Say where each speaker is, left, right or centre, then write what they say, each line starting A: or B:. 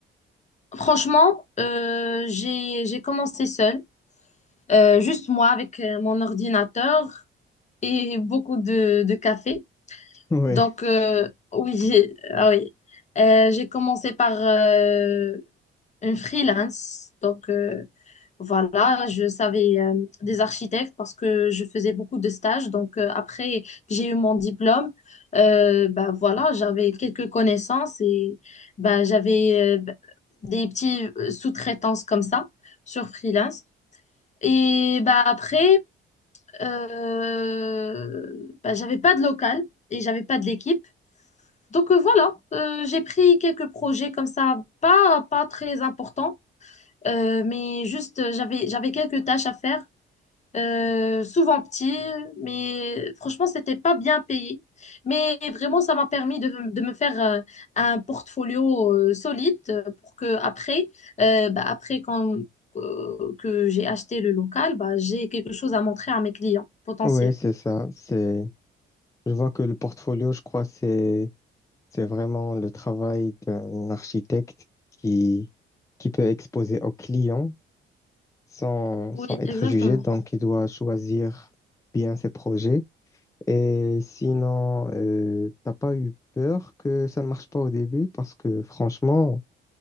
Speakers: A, on the left; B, on the left.
A: franchement, euh, j'ai, j'ai commencé seule, euh, juste moi avec euh, mon ordinateur et beaucoup de, de café.
B: Oui.
A: Donc euh, oui, <laughs> j'ai- ah oui, Euh, j'ai commencé par euh, un freelance. Donc, euh, voilà, je savais euh, des architectes parce que je faisais beaucoup de stages. Donc, euh, après que j'ai eu mon diplôme, euh, bah, voilà, j'avais quelques connaissances et bah, j'avais euh, bah, des petites sous-traitances comme ça sur freelance. Et bah, après, euh, bah, j'avais pas de local et j'avais pas de l'équipe. Donc euh, voilà, euh, j'ai pris quelques projets comme ça, pas, pas très importants, euh, mais juste, euh, j'avais, j'avais quelques tâches à faire, euh, souvent petites, mais franchement, c'était pas bien payé. Mais vraiment, ça m'a permis de, de me faire euh, un portfolio euh, solide euh, pour que après, euh, bah, après quand, euh, que j'ai acheté le local, bah, j'ai quelque chose à montrer à mes clients potentiels.
B: Oui, c'est ça. C'est. Je vois que le portfolio, je crois, c'est c'est vraiment le travail d'un architecte qui qui peut exposer aux clients. sans,
A: Oui,
B: sans être
A: exactement.
B: jugé. Donc, il doit choisir bien ses projets. Et sinon, euh, t'as pas eu peur que ça ne marche pas au début parce que franchement,